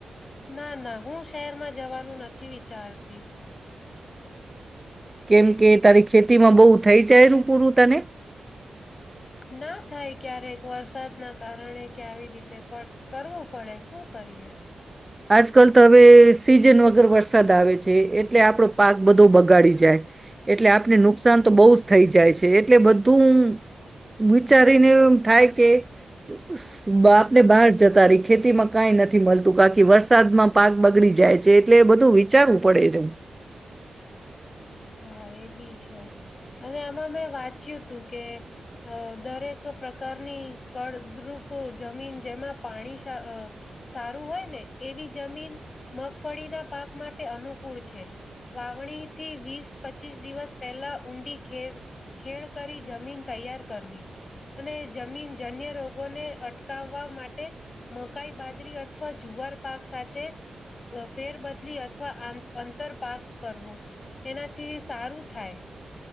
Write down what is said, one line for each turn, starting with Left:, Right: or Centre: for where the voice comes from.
Left: ના, ના હું શહેરમાં જવાનું નથી વિચારતી.
Right: કેમ કે તારી ખેતીમાં બહુ થઈ જાયનું પૂરું તને.
Left: ના થાય ક્યારેક વરસાદ ના કારણે કે આવી રીતે પણ કરવું પડે શું કરીએ.
Right: આજકાલ તો હવે સીઝન વગર વરસાદ આવે છે. એટલે આપડો પાક બધો બગાડી જાય એટલે આપને નુકસાન તો બહુ જ થઈ જાય છે એટલે બધું વિચારીને એમ થાય કે તો સ આપને બહાર જતા રહી ખેતીમાં કઈ નથી મળતું ક કે વરસાદમાં પાક બગડી જાય છે. એટલે બધું વિચારવું પડે એને.
Left: હા એ બી છે અને આમાં મેં વાંચ્યું તું કે દરેક પ્રકારની કળદ્રુપ જમીન જેમાં પાણી સા સારું હોય ને એવી જમીન મગફળીના પાક માટે અનુકૂળ છે. વાવણી થી વીસ પચીસ દિવસ પહેલા ઊંડી ખે ખેણ કરી જમીન તૈયાર કરવી અને જમીન જન્ય રોગોને અટકાવવા માટે મકાઈ બાજરી અથવા જુવાર પાક સાથે ફેરબદલી અથવા અંતર પાક કરવો. એનાથી સારું થાય.